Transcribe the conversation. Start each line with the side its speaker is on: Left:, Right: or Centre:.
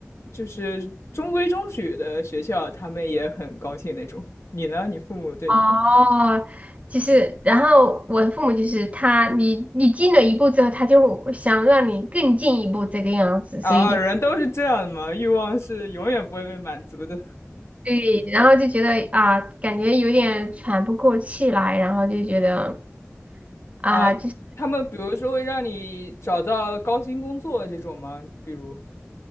Left: 就是中规中矩的学校，他们也很高兴那种。你呢？你父母对你怎么样？
Right: 哦，就是，然后我的父母就是他，你你进了一步之后，他就想让你更进一步这个样子，
Left: 啊，
Right: 所以就。
Left: 人都是这样的嘛，欲望是永远不会被满足的。
Right: 对，然后就觉得啊，感觉有点喘不过气来，然后就觉得啊，
Left: 啊，
Right: 就是，
Left: 他们比如说会让你找到高薪工作这种吗？比如